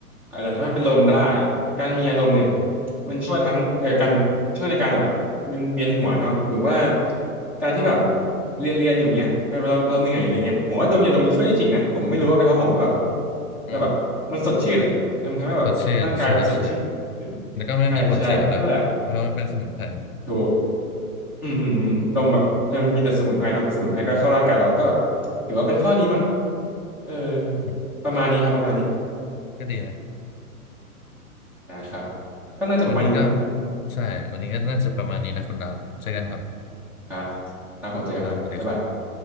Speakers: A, in the centre; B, on the left.
A: อาจจะทำให้เป็นลมได้การมียาดมเนี่ย มันช่วยทั้งเอ่อการช่วยในการแบบมึนเวียนหัวเนาะหรือว่าการที่แบบเรียนเรียนอยู่เงี้ยเออเราเราเหนื่อยเลยเงี้ยผมว่าดมยาดมมันช่วยได้จริงนะผมไม่รู้ว่าเป็นเพราะผมหรือเปล่า
B: อืม
A: แต่แบบมันสดชื่นอ่ะเออมันทำให้แบบร่างกายเราสดชื่นขึ้น
B: สดชื่นใช่ ใช่ แล้วก็ไม่มีผลเสียด้วยเพราะมันเป็นสมุนไพร
A: ใช่ใช่นั่นแหละถูกอืมอืมอืมดมแบบเออมันมีแต่สมุนไพรเนาะสมุนไพรก็เข้าร่างกายเราก็แบบถือว่าเป็นข้อดีมั้งเออ
B: อืม
A: ประมาณนี้ครับประมาณนี้
B: ก็ดีนะ
A: นะครับก็น่าจะประมาณนี้นะครับ
B: วันนี้ก็ใช่ วันนี้ก็น่าจะประมาณนี้นะคุณดาวเจอกันครับ
A: ครับครับผมเจอกันครับบ๊ายบาย
B: ครับสวัสดีครับ